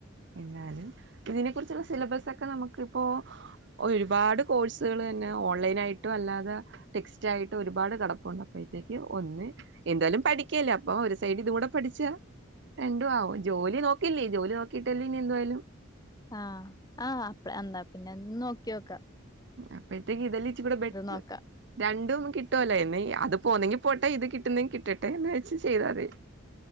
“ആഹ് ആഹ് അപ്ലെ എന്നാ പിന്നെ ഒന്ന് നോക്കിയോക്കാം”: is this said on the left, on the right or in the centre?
Left